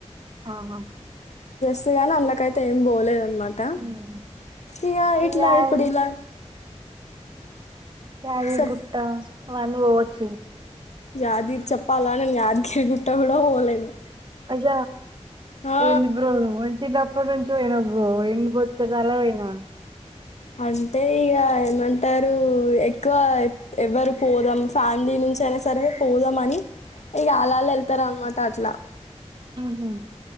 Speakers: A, on the right; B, on the left.
A: ఆహా
B: సుగాన అందలకైతే ఏం బోలేదన్నమాట
A: ఉమ్.
B: ఇక ఇట్ల
A: యాద్
B: ఇప్పుడు ఇలా
A: క్యారీ
B: చెప్
A: గుట్ట వాన్ వొచ్చి
B: యాది చెప్పాలా నేను యాదగిరి గుట్ట కూడా పోలేను
A: అజ
B: ఆ,
A: ఏంది బ్రో నువ్వు <unintelligible> బ్రో నే పొద్దుగల పోయినా
B: అంటే ఇక ఏమంటారు ఎక్కువ ఎవరు పోదాం ఫ్యాన్ దేని నుంచి అయినా సరే పోదామని ఇక ఆల్ ఆల్ వెళ్తారు అన్నమాట అట్ల
A: ఉహు